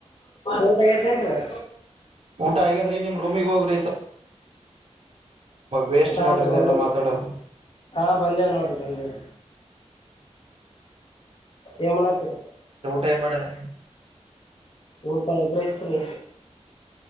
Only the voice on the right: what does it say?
ಊಟ ಹಾಗಗ್ಯಾದ್ರಿ ನಿಮ್ ರೂಮಿಗ್ ಹೋಗ್ರಿ ವೇಸ್ಟ್
ನೋಡ್ರಿ
ಇದೆಲ್ಲಾ
ಮಾತಾಡೋದು
ಪೇರ್ ಮಾಡಿದ್ರ